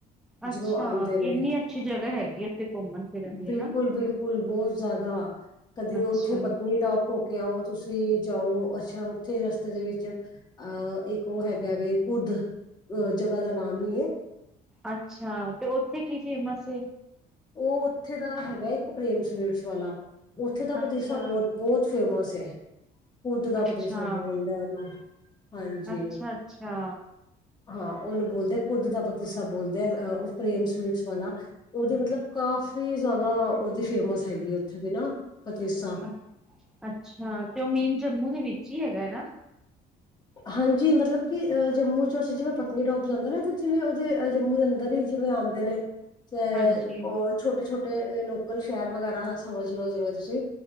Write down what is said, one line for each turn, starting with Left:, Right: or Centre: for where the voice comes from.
Left: ਜਦੋਂ
Centre: ਅੱਛਾ
Left: ਆਉਂਦੇ ਨੇ,
Centre: ਇੰਨੀ ਅੱਛੀ ਜਗ੍ਹਾ ਹੈਗੀ ਉੱਥੇ ਘੁੰਮਣ ਫਿਰਨ ਦੀ
Left: ਬਿਲਕੁਲ-
Centre: ਹਨਾ।
Left: ਬਿਲਕੁਲ। ਬਹੁਤ ਜ਼ਿਆਦਾ ਕਦੇ
Centre: ਅੱਛਾ,
Left: ਉੱਥੇ ਪਤਨੀਟਾਪ ਹੋ ਕੇ ਆਓ ਤੁਸੀਂ ਜਾਓ ਅੱਛਾ ਉੱਥੇ ਰਸਤੇ ਦੇ ਵਿੱਚ ਅਹ ਇੱਕ ਉਹ ਹੈਗਾ ਵ ਕੁਦ ਅਹ ਜਗ੍ਹਾ ਦਾ ਨਾਮ ਹੀ ਹੈ।
Centre: ਅੱਛਾ ਤੇ ਉੱਥੇ ਕੀ ਫੇਮਸ
Left: ਉਹ ਉੱਥੇ ਦਾ ਹੈਗਾ ਇੱਕ ਪ੍ਰੇਮ ਸਵੀਟਸ ਵਾਲਾ ਉੱਥੇ ਤਾਂ
Centre: ਅੱਛਾ।
Left: ਪਤੀਸਾ ਬਹੁਤ ਬਹੁਤ ਫੇਮਸ ਹੈ। ਕੁਦ ਦਾ
Centre: ਅੱਛਾ,
Left: ਪਤੀਸਾ ਬੋਲਦਾ ਹੁੰਦਾ ਉਹ ਹਾਂਜੀ
Centre: ਅੱਛਾ, ਅੱਛਾ।
Left: ਹਾਂ ਉਹਨੂੰ ਬੋਲਦੇ ਕੁੱਦ ਦਾ ਪਤੀਸਾ ਬੋਲਦੇ ਉਹ ਪ੍ਰੇਮ ਸਵੀਟਸ ਵਾਲਾ ਉਹਦੇ ਮਤਲਬ ਕਾਫੀ ਕਾਫ਼ੀ ਜ਼ਿਆਦਾ ਉਹਦੀ ਫੇਮਸ ਹੈਗੀ ਉੱਥੇ ਦੀ ਨਾ ਪਤੀਸਾ
Centre: ਅ ਅੱਛਾ ਤੇ ਉਹ ਮੇਨ ਜੰਮੂ ਦੇ ਵਿੱਚ ਹੀ ਹੈਗਾ ਨਾ,
Left: ਹਾਂਜੀ ਮਤਲਬ ਕਿ ਜੰਮੂ ਚ ਅਸੀਂ ਜਿਵੇਂ ਪਤਨੀਟੋਪ ਜਾਂਦੇ ਨੇ ਤੇ ਜਿਵੇਂ ਉਹਦੇ ਜੰਮੂ ਦੇ ਅੰਦਰ ਹੀ ਜਿਵੇਂ ਹੁੰਦੇ ਨੇ। ਤੇ
Centre: ਹਾਂਜੀ।
Left: ਉਹ ਛੋਟੇ ਛੋਟੇ ਲੋਕਲ ਸ਼ਹਿਰ ਵਗੈਰਾ ਸਮਝ ਲੋੋ ਜਿਵੇਂ ਤੁਸੀਂ